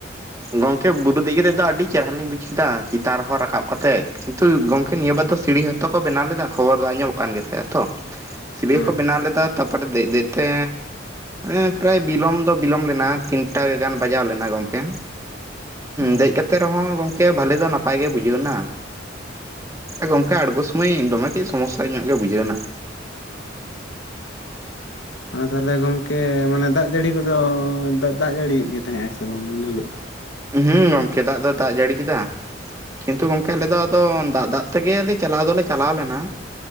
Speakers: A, on the right; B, on the left.
A: ᱜᱚᱝᱠᱮ ᱵᱩᱨᱩ ᱫᱮᱡ ᱠᱟᱛᱮᱫ ᱫᱚ ᱟᱹᱰᱤ ᱪᱮᱦᱨᱟ ᱞᱤᱧ ᱵᱩᱡ ᱠᱮᱫᱟ, ᱪᱮᱛᱟᱱ ᱨᱮᱦᱚᱸ ᱨᱟᱠᱟᱵ ᱠᱟᱛᱮᱫ᱾ ᱠᱤᱱᱛᱩ ᱜᱚᱢᱠᱮ ᱱᱤᱭᱟᱹ ᱵᱟᱨ ᱫᱚ ᱥᱤᱲᱤ ᱦᱚᱸᱛᱚ ᱠᱚ ᱵᱮᱱᱟᱣ ᱞᱮᱫᱟ ᱠᱷᱚᱵᱚᱨ ᱫᱚ ᱟᱸᱡᱚᱢᱚᱜ ᱠᱟᱱ ᱜᱮ ᱛᱟᱦᱮᱸᱜᱼᱟ ᱛᱚ᱾ ᱥᱤᱲᱤ
B: ᱦᱮᱸ
A: ᱦᱚᱸᱠᱚ ᱵᱮᱱᱟᱣ ᱞᱮᱫᱟ ᱛᱟᱨᱯᱚᱨᱮ ᱫᱮᱡ ᱫᱮᱡ ᱛᱮ ᱮᱸ ᱯᱨᱟᱭ ᱵᱤᱞᱚᱢ ᱫᱚ ᱵᱤᱞᱚᱢ ᱞᱮᱱᱟ ᱛᱤᱱᱴᱟ ᱜᱟᱱ ᱵᱟᱡᱟᱣ ᱞᱮᱱᱟ ᱜᱚᱢᱠᱮ
B: ᱦᱮᱸ
A: ᱫᱮᱡ ᱠᱟᱛᱮ ᱨᱮᱦᱚᱸ ᱜᱚᱢᱠᱮ ᱵᱷᱟᱹᱞᱤ ᱫᱚ ᱱᱟᱯᱟᱭ ᱜᱮ ᱵᱩᱡᱷᱟᱹᱣ ᱞᱮᱱᱟ ᱜᱚᱢᱠᱮ ᱟᱬᱜᱚ ᱥᱚᱢᱚᱭ ᱫᱚᱢᱮ ᱠᱟᱹᱡ ᱥᱚᱢᱚᱥᱥᱟ ᱧᱚᱜ ᱜᱮ ᱵᱩᱡᱷᱟᱹᱣᱱᱟ
B: ᱚ ᱟᱫᱚ ᱛᱟᱦᱞᱮ ᱜᱚᱝᱠᱮ ᱢᱟᱱᱮ ᱫᱟᱜ ᱡᱟᱹᱲᱤ ᱠᱚᱫᱚ ᱫᱟᱜ ᱡᱟᱹᱲᱤᱭᱮᱜ ᱜᱮ ᱛᱟᱦᱮᱸᱜ ᱟᱭ ᱥᱮ ᱵᱟᱝ ᱩᱱ ᱦᱤᱞᱳᱜ ᱫᱚ?
A: ᱦᱩᱸ ᱜᱚᱢᱠᱮ ᱫᱟᱜ ᱫᱚ ᱫᱟᱜ ᱡᱟᱹᱲᱤ ᱠᱮᱫᱟ᱾ ᱠᱤᱱᱛᱩ ᱜᱚᱢᱠᱮ ᱟᱞᱮ ᱫᱚ ᱟᱫᱚ ᱫᱟᱜ ᱫᱟᱜ ᱛᱮᱜᱮ ᱪᱟᱞᱟᱣ ᱫᱚᱞᱮ ᱪᱟᱞᱟᱣ ᱞᱮᱱᱟ